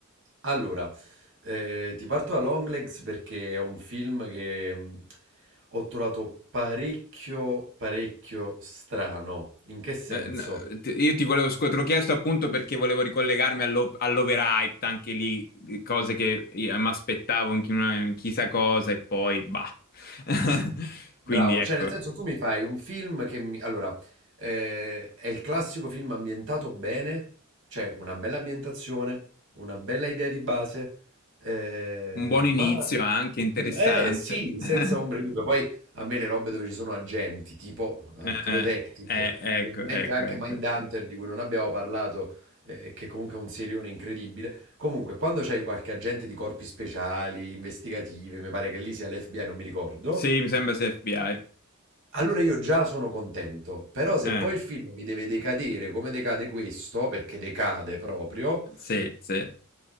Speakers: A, on the right; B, on the left.
A: Allora, eh, ti parto da Longlegs perché è un film che mh, ho trovato parecchio, parecchio strano. In che senso?
B: Eh, no, t- io ti volevo, scu- te l'ho chiesto appunto perché volevo ricollegarmi allo- all'overhyped, anche lì, di cose che mi aspettavo in chi- una- in chissà cosa e poi bah. <laughs> Quindi
A: Bravo,
B: ecco,
A: cioè nel senso tu mi fai un film che mi... Allora, eh, è il classico film ambientato bene, cioè una bella ambientazione, una bella idea di base, eh,
B: un buon inizio
A: ma...
B: anche, interessante.
A: Eh sì,
B: <laughs>
A: senza ombra di dubbio. Poi a me le robe dove ci sono agenti, tipo eh,
B: Eh,
A: True
B: eh,
A: Detective,
B: eh, ecco,
A: mi viene in mente
B: ecco,
A: anche
B: ecco.
A: Mindhunter di cui non abbiamo parlato, eh, che comunque è un serione incredibile. Comunque, quando c'hai qualche agente di corpi speciali, investigative, mi pare che lì sia l'FBI, non mi ricordo.
B: Sì, mi sembra sia FBI.
A: Allora io già sono contento, però se
B: Eh,
A: poi il film mi deve decadere come decade questo, perché decade proprio,
B: sì, sì.